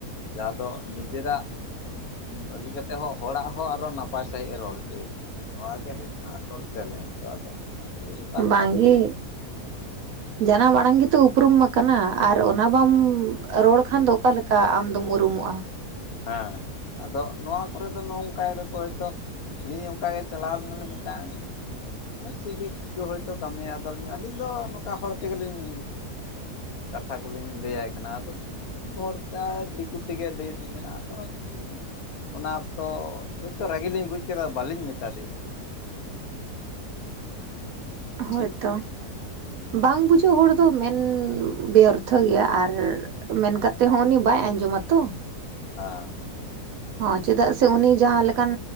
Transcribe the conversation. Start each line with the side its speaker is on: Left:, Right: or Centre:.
Left: ᱡᱟᱦᱟᱸ ᱫᱚ ᱱᱤᱡᱮᱨᱟᱜ, ᱵᱟᱹᱜᱤ ᱠᱟᱛᱮᱜ ᱦᱚᱸ ᱦᱚᱲᱟᱜ ᱦᱚᱸ ᱟᱨᱚ ᱱᱟᱯᱟᱭ ᱥᱟᱺᱦᱤᱡ ᱮ ᱨᱚᱲ ᱦᱚᱪᱚᱭᱮᱫᱟ, ᱱᱚᱣᱟ ᱜᱮ ᱦᱩᱭᱩᱜ ᱠᱟᱱᱟ ᱟᱥᱚᱞ ᱴᱮᱞᱮᱱᱴᱡ ᱫᱚ ᱟᱫᱚ, ᱟᱵᱚ, ᱚᱠᱟ ᱞᱮᱠᱟ
Right: ᱵᱟᱝᱜᱮ
Left: ᱠᱚ ᱢᱚᱱᱮ
Right: ᱡᱟᱱᱟ ᱟᱲᱟᱝ ᱜᱮᱛᱚ ᱩᱯᱨᱩᱢ ᱢᱟ, ᱠᱟᱱᱟ ᱟᱨ ᱚᱱᱟ ᱵᱟᱢ ᱨᱚᱲ ᱠᱷᱟᱱ ᱫᱚ ᱚᱠᱟᱞᱮᱠᱟ ᱟᱢ ᱫᱚᱢ ᱩᱨᱩᱢᱚᱜᱼᱟ,
Left: ᱦᱮᱸ ᱟᱫᱚ ᱱᱚᱣᱟ ᱠᱚᱨᱮ ᱫᱚ ᱱᱚᱝᱠᱟᱭ ᱫᱟᱠᱚ ᱦᱳᱭᱛᱳ, ᱟᱹᱧ ᱚᱱᱠᱟ ᱜᱮ ᱪᱟᱞᱟᱣ ᱞᱮᱱᱟ ᱞᱤᱧ ᱢᱤᱫᱴᱟᱝ, ᱥᱤᱵᱤᱠ ᱠᱚ ᱦᱳᱭᱛᱳ ᱠᱟᱹᱢᱤᱭᱟ ᱟᱫᱚᱞᱤᱧ ᱟᱹᱞᱤᱧ ᱫᱚ ᱱᱚᱝᱠᱟ ᱦᱚᱲ ᱛᱮᱜᱮ ᱞᱤᱧ ᱠᱟᱛᱷᱟ ᱠᱚᱞᱤᱧ ᱞᱟᱹᱭᱟᱭ ᱠᱟᱱᱟ ᱟᱫᱚ ᱵᱷᱚᱨᱫᱟ ᱫᱤᱠᱩ ᱛᱮᱜᱮ ᱞᱮᱭ, ᱚᱱᱟ ᱚᱠᱛᱚ <unintelligible> ᱠᱟᱱᱟ ᱟ ᱛᱚ ᱟᱹᱞᱤᱧ ᱚᱱᱟ ᱚᱠᱛᱚ ᱦᱚᱭᱛᱚ ᱨᱟᱹᱜ ᱞᱤᱧ ᱵᱩᱡᱽ ᱠᱮᱫᱟ ᱵᱟᱟᱹᱞᱤᱧ ᱢᱮᱛᱟ ᱫᱮᱭᱟ ᱾
Right: ᱦᱳᱭᱛᱚ
Left: ᱴᱷᱤᱠ
Right: ᱵᱟᱝ ᱵᱩᱡᱽ
Left: ᱦᱮᱸ
Right: ᱵᱟᱝ ᱵᱩᱡᱽ ᱦᱚᱲ ᱫᱚ ᱢᱮᱱ ᱵᱮᱚᱨᱛᱷᱚ ᱜᱮᱭᱟ, ᱟᱨ ᱢᱮᱱ ᱠᱟᱛᱮᱫ ᱦᱚᱸ ᱩᱱᱤ ᱵᱟᱭ ᱟᱸᱡᱚᱢᱟᱛᱚ ᱾
Left: ᱦᱟ,
Right: ᱦᱚᱸ ᱪᱮᱫᱟᱜ ᱥᱮ ᱩᱱᱤ ᱡᱟᱦᱟᱸ ᱞᱮᱠᱟᱱ,